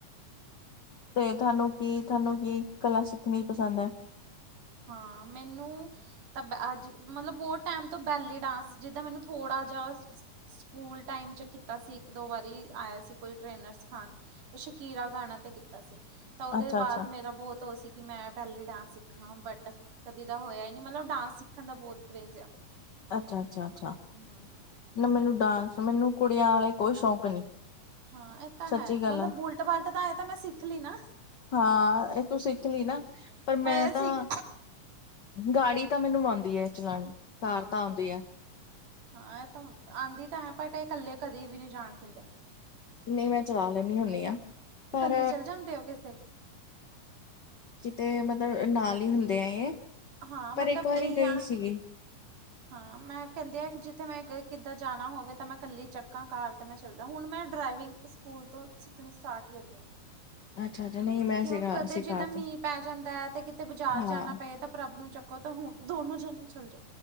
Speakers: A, on the left (about 65°); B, on the right (about 75°).
A: ਤੇ ਤੁਆਨੂੰ ਕੀ, ਤੁਆਨੂੰ ਕੀ ਕਲਾ ਸਿੱਖਣੀ ਪਸੰਦ ਐ।
B: ਹਾਂ, ਮੈਨੂੰ ਤ ਬ ਅੱਜ ਮਤਲਬ ਬੌਤ ਟੈਮ ਤੋਂ ਬੈਲੀ ਡਾਂਸ ਜਿਦਾਂ ਮੈਨੂੰ ਥੋੜਾ ਜਾ ਸਕੂਲ ਟਾਈਮ ਚ ਕੀਤਾ ਸੀ ਇੱਕ-ਦੋ ਵਾਰੀ ਆਇਆ ਸੀ ਕੋਈ ਟ੍ਰੇਨਰ ਸਿੱਖਾਨ। ਸ਼ਕੀਰਾ ਗਾਣਾ ਤੇ ਕੀਤਾ ਸੀ ਤਾਂ ਉਦੇ
A: ਅੱਛਾ-ਅੱਛਾ,
B: ਬਾਦ ਮੇਰਾ ਬੌਤ ਓ ਸੀ ਕਿ ਮੈਂ ਬੈਲੀ ਡਾਂਸ ਸਿੱਖਾ। ਹਾਂ, ਬਟ ਕਦੀ ਦਾ ਹੋਇਆ ਈ ਨੀ ਮਤਲਬ ਡਾਂਸ ਸਿੱਖਣ ਦਾ ਬਹੌਤ ਕਰੇਜ ਆ।
A: ਅੱਛਾ, ਅੱਛਾ, ਅੱਛਾ।
B: ਹਾਂ।
A: ਨਾ ਮੈਨੂੰ ਡਾਂਸ, ਮੈਨੂੰ ਕੁੜੀਆਂ ਆਲੇ ਕੋਈ ਸ਼ੌਕ ਨੀ।
B: ਹਾਂ, ਐ ਤਾਂ
A: ਸੱਚੀ
B: ਹੈ
A: ਗੱਲ
B: ਮਤਲਬ
A: ਆ
B: ਬੁਲਟ ਬਲਟ ਤਾਂ ਐਤਾਂ ਮੈਂ ਸਿੱਖ ਲਈ ਨਾ।
A: ਹਾਂ ਐ ਤੂੰ ਸਿੱਖ ਲਈ ਨਾ ਪਰ ਮੈਂ
B: ਇਹ ਸਿੱਖ
A: ਤਾਂ ਗਾੜੀ ਤਾਂ ਮੈਨੂੰ ਆਂਦੀ ਐ ਚਲਾਣੀ ਕਾਰ
B: ਹਾਂ
A: ਤਾਂ ਆਉਂਦੀ ਐ।
B: ਹਾਂ ਐ ਤਾਂ ਆਂਦੀ ਤਾਂ ਹੈ ਬਟ ਏ ਕੱਲੇ ਕਦੇ ਵੀ ਨਈ ਜਾਣ ਦਿੰਦੇ।
A: ਨਈ ਮੈਂ ਚਲਾ ਲੈਂਦੀ ਹੁਣੀ ਆ ਪਰ
B: ਇਕੱਲੀ ਚੱਲ ਜਾਂਦੇ ਹੋ ਕਿਸੇ
A: ਕਿਤੇ ਮਤਲਬ ਨਾਲ ਈ ਹੁੰਦੇ ਐ ਏ
B: ਹਾਂ ਮਤਲਬ
A: ਪਰ ਇੱਕ
B: ਇਹੀ
A: ਵਾਰੀ ਗਈ
B: ਆ
A: ਸੀਗੀ।
B: ਹਾਂ, ਮੈਂ ਕੈਂਦੇ ਆ ਜਿੱਥੇ ਮੈਂ ਕਿੱਦਾਂ ਜਾਣਾ ਹੋਵੇ ਤਾਂ ਮੈਂ ਕੱਲੀ ਚੱਕਾਂ ਕਾਰ ਮੈਂ ਚੱਲ ਜਾਉ, ਹੁਣ ਮੈਂ ਡਰਾਈਵਿੰਗ ਸਕੂਲ ਤੋਂ ਸਿੱਖਣੀ ਸਟਾਰਟ ਕਰਨੀ।
A: ਅੱਛਾ-ਅੱਛਾ ਨਹੀਂ ਮੈਂ
B: ਕਿਉਂ
A: ਸਿਖਾ
B: ਕਦੇ
A: ਸਿਖਾ
B: ਜਿੱਦਾਂ ਮੀਂਹ
A: ਤੇ
B: ਪੈ ਜਾਂਦਾ ਐ ਤੇ ਕਿਤੇ ਬਾਜ਼ਾਰ
A: ਹਾਂ
B: ਜਾਣਾ ਪਏ ਤਾਂ ਪ੍ਰੱਬ ਨੂੰ ਚੱਕੋ ਤਾਂ ਹੁਣ ਦੋਨੋ ਜਣੇ ਚੱਲ ਜਾ